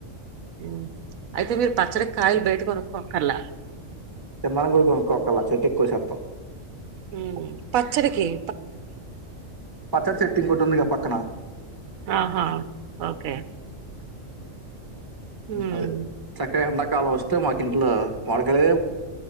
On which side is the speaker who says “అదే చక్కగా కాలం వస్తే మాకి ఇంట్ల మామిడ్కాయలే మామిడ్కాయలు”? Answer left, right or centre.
Right